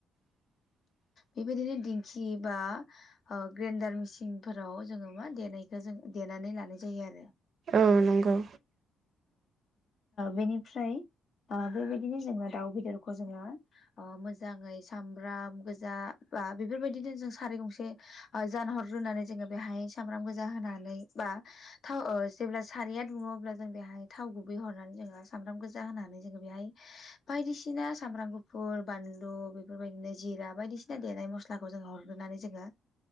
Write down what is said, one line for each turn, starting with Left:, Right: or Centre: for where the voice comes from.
Right: <inaudible>
Left: बेबायदिनो दिंखि बा ओ ग्रेन्डार मेसिनफोराव जोङो मा देनायखौ जो देनानै लानाय जायो आरो
Right: औ नंगौ
Left: बेनिफ्राय ओ बेबायदिनो जोङो दाउ बेदर जोङो मोजाङै सामब्राम गोजा बा बेफोरबायदिनो जों सारे गंसे ओ जानहरग्रोनानै जोङो बेहाय सामब्राम गोजा होनानै बा थाव जेब्ला सारिया दुङो अब्ला जों बेहाय थाव गुबै हरनानै जोङो सामब्राम गोजा होनानै जोङो बेहाय बायदिसि सिना सामब्राम गुफुर बानलु बेफोरबायदिनो जिरा बायदिसिना देनाय मस्लालाखौ जो हरनानै ज जोङो